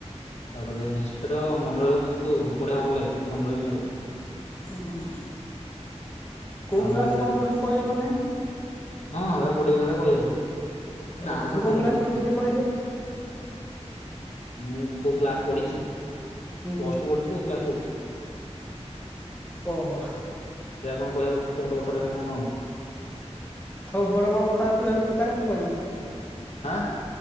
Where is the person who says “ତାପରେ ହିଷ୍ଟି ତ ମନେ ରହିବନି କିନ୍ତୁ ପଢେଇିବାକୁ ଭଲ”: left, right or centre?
Left